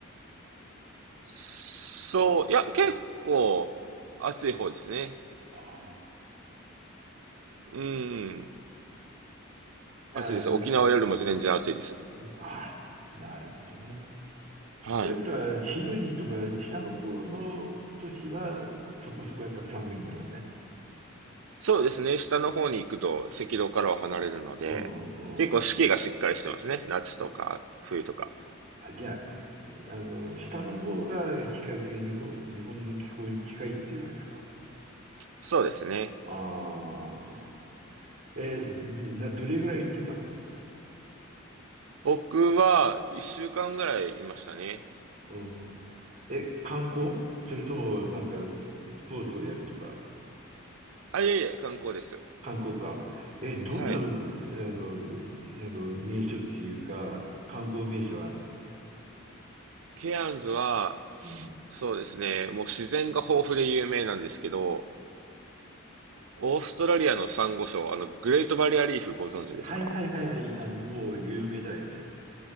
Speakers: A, on the right; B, on the right.
A: そう、いや、結構暑い方ですね。
B: ああ、
A: うん、
B: じゃあ、
A: 暑いです。
B: あの、
A: 沖縄よりも全然暑いです。
B: あ、なるほどね。
A: はい。
B: ということは、シドニーとか下の方の都市はそこそこやっぱ寒いんだろうね。
A: そうですね、下の方に行くと赤道からは離れるので、
B: うんうんうんうん。
A: 結構四季がしっかりしてますね。夏とか冬とか。
B: あ、じゃあ、あの、下の方が比較的日本、日本の気候に近いっていうわけか。
A: そうですね。
B: ああ、え、でな、どれぐらい行ってたの
A: 僕は一週間ぐらいいましたね。
B: うん。え、観光それともなんかスポーツをやるとか。
A: あ、いえいえ、観光です。
B: 観光か。え、どんな、
A: はい。
B: あの、あの、名所っていうか、観光名所はあるの
A: ケアンズは、
B: うん。
A: そうですね、もう自然が豊富で有名なんですけど、オーストラリアのサンゴ礁、あの、グレートバリアリーフご存知ですか
B: はいはいはいはい。あの、もう有名だよね。